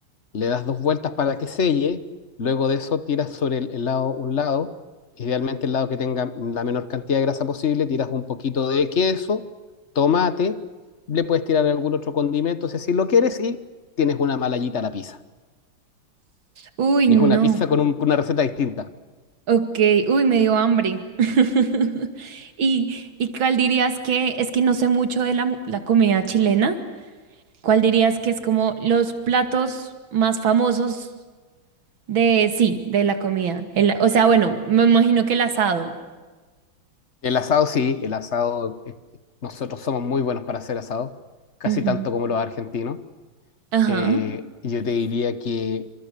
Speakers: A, on the left; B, on the right.
A: le das dos vueltas para que selle, luego de eso tiras sobre el, el lado, un lado, idealmente el lado que tenga la menor cantidad de grasa posible, tiras un poquito de queso, tomate, le puedes tirar algún otro condimento si así lo quieres y tienes una malayita a la pizza.
B: Uy,
A: Y
B: no.
A: es una pizza con, un- con una receta distinta.
B: Ok. Uy, me dio hambre. <laughs> ¿Y, y cuál dirías que es que no sé mucho de la, mu- la comida chilena? ¿Cuál dirías que es como los platos más famosos de, sí, de la comida? El- o sea, bueno, me imagino que el asado.
A: El asado sí, el asado, eh, nosotros somos muy buenos para hacer asado, casi
B: Ujú.
A: tanto como los argentinos.
B: Ajá.
A: Eh, yo te diría que